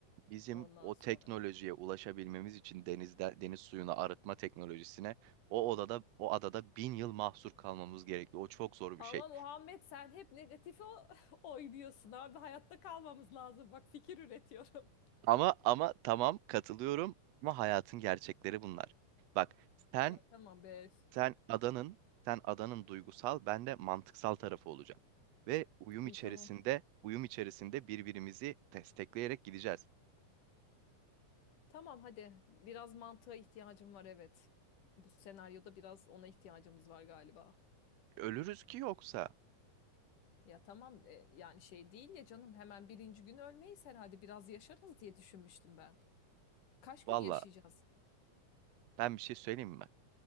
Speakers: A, on the right (about 75°); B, on the left (about 75°).
A: bizim
B: ondan
A: o
B: sonra.
A: teknolojiye ulaşabilmemiz için denizde deniz suyunu arıtma teknolojisine o odada o adada bin yıl mahsur kalmamız gerekli. O çok zor
B: Ama
A: bir şey.
B: Muhammed sen hep negatife o- <laughs> oynuyorsun abi. Hayatta kalmamız lazım. Bak fikir üretiyorum.
A: Ama ama tamam katılıyorum ama hayatın gerçekleri bunlar. Bak
B: <laughs>
A: sen
B: Ya tamam be.
A: sen adanın sen adanın duygusal ben de mantıksal tarafı olacağım. Ve uyum
B: İyi
A: içerisinde
B: tamam.
A: uyum içerisinde birbirimizi destekleyerek gideceğiz.
B: Tamam hadi. Biraz mantığa ihtiyacım var evet. Bu senaryoda biraz ona ihtiyacımız var galiba.
A: Ölürüz ki yoksa.
B: Ya tamam e, yani şey değil ya canım hemen birinci gün ölmeyiz herhalde biraz yaşarız diye düşünmüştüm ben. Kaç
A: Valla
B: gün yaşayacağız?
A: ben bir şey söyleyeyim mi?